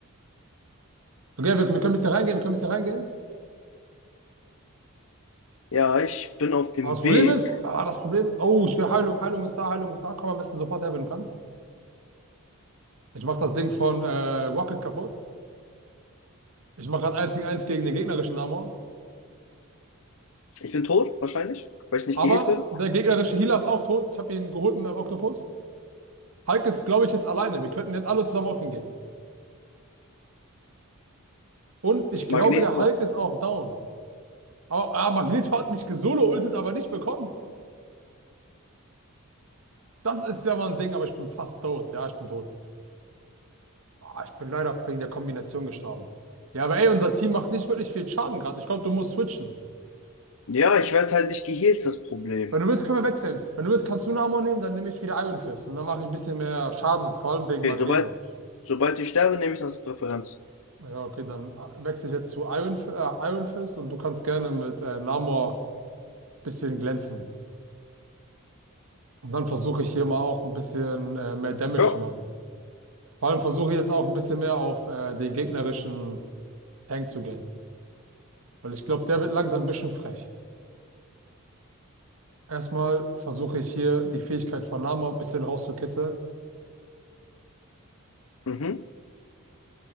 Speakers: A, on the right; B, on the left.
A: Okay, wir, wir können ein bisschen reingehen, wir können ein bisschen reingehen.
B: Ja, ich bin auf dem
A: Aber das Problem
B: Weg.
A: ist, ah, das Problem ist, oh, ich will Heilung, Heilung ist da, Heilung ist da. Komm am besten sofort her, wenn du kannst. Ich mach das Ding von äh, Rocket kaputt. Ich mache gerade Eins gegen Eins gegen den gegnerischen Namor.
B: Ich bin tot, wahrscheinlich, weil ich nicht
A: Aber
B: geheilt werde.
A: der gegnerische Healer ist auch tot. Ich habe ihn geholt mit einem Oktopus. Hulk ist, glaube ich, jetzt alleine. Wir könnten jetzt alle zusammen auf ihn gehen. Und ich glaube,
B: Magnet.
A: der Hulk ist auch down. Aber ah, Magneto hat mich gesolo-ultet, aber nicht bekommen. Das ist ja mal ein Ding, aber ich bin fast tot. Ja, ich bin tot. Ah, ich bin leider wegen der Kombination gestorben. Ja, aber ey, unser Team macht nicht wirklich viel Schaden gerade. Ich glaube, du musst switchen.
B: Ja, ich werde halt nicht geheilt, das Problem.
A: Wenn du willst, können wir wechseln. Wenn du willst, kannst du einen Amor nehmen, dann nehme ich wieder Iron Fist. Und dann mache ich ein bisschen mehr Schaden, vor allem wegen
B: Okay,
A: Magneto.
B: sobald, sobald ich sterbe, nehme ich das als Präferenz.
A: Ja, okay, dann äh, wechsle ich jetzt zu Iron, F- äh, Iron Fist und du kannst gerne mit äh, Namor ein bisschen glänzen. Und dann versuche ich hier mal auch ein bisschen äh, mehr Damage
B: Ja.
A: zu machen. Vor allem versuche ich jetzt auch ein bisschen mehr auf äh, den gegnerischen Tank zu gehen. Weil ich glaube, der wird langsam ein bisschen frech. Erstmal versuche ich hier die Fähigkeit von Namor ein bisschen rauszukitzeln.
B: Mhm.